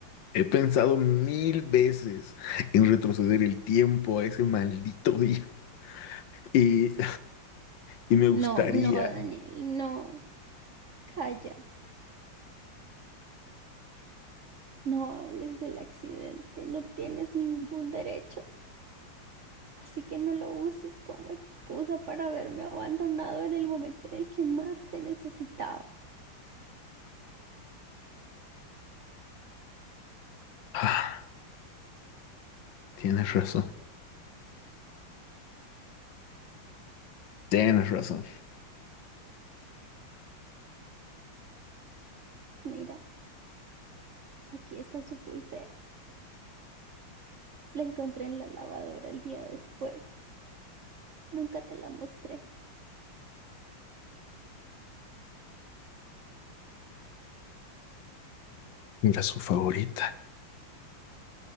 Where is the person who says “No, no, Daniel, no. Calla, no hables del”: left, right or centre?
Right